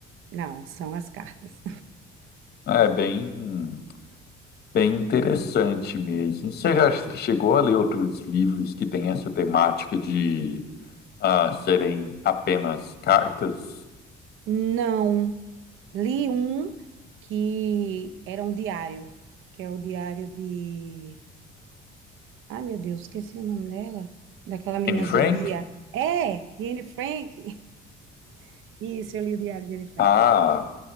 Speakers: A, on the right (about 75°); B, on the left (about 50°).
A: não, são as cartas.
B: É bem, bem interessante mesmo. Você já chegou a ler outros livros que têm essa temática de ah, serem apenas cartas?
A: Não, li um que era um diário, que é o diário de... Ai, meu Deus, esqueci o nome dela, daquela menina
B: Anne Frank?
A: judia. É, de Anne Frank. <laughs> Isso, eu li o diário de Anne Frank.
B: Ah,